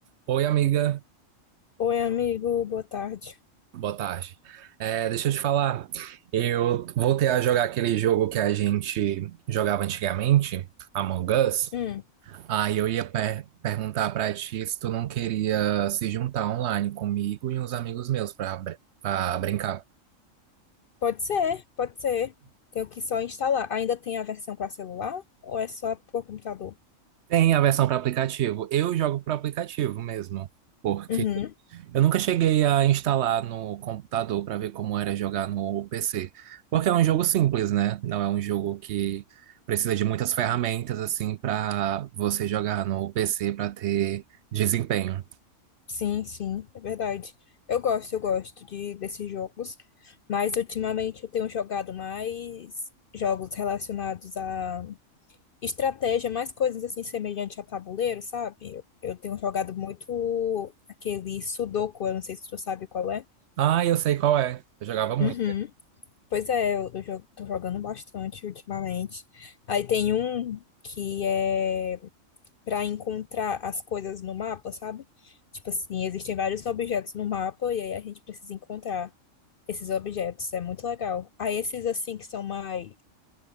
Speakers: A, on the right (about 65°); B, on the left (about 60°).
A: Oi, amiga.
B: Oi, amigo, boa tarde.
A: Boa tarde. É, deixa eu te falar. Eu voltei a jogar aquele jogo que a gente jogava antigamente, Among Us.
B: Hum,
A: Aí eu ia per- perguntar pra ti se tu não queria se juntar online comigo e uns amigos meus pra, br- pra brincar.
B: pode ser, pode ser. Tenho que só instalar. Ainda tem a versão para celular ou é só por computador?
A: Tem a versão para aplicativo. Eu jogo para aplicativo mesmo, porque
B: Uhum,
A: Eu nunca cheguei a instalar no computador para ver como era jogar no PC, porque é um jogo simples, né? Não é um jogo que precisa de muitas ferramentas assim para você jogar no PC para ter desempenho.
B: sim, sim, é verdade. Eu gosto, eu gosto de desses jogos, mas ultimamente eu tenho jogado mais jogos relacionados a estratégia, mais coisas assim semelhantes a tabuleiro, sabe? Eu, eu tenho jogado muito aquele Sudoku, eu não sei se tu sabe qual é.
A: Ah, eu sei qual é. Eu jogava muito.
B: Uhum. Pois é, eu, eu jo- tô jogando bastante ultimamente. Aí tem um que é para encontrar as coisas no mapa, sabe? Tipo assim, existem vários objetos no mapa e aí a gente precisa encontrar esses objetos. É muito legal. Aí esses assim que são mais